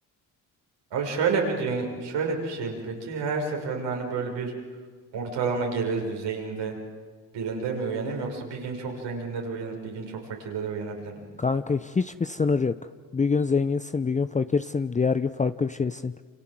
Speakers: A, on the right (about 75°); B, on the left (about 15°).
A: abi şöyle bir düğün, şöyle bir şey mi peki? Her seferinde hani böyle bir ortalama gelir düzeyinde birinde mi uyanayım yoksa bir gün çok zenginde de uyanıp bir gün çok fakirde de uyanabilir miyim?
B: Kanka hiçbir sınır yok. Bir gün zenginsin, bir gün fakirsin, diğer gün farklı bir şeysin.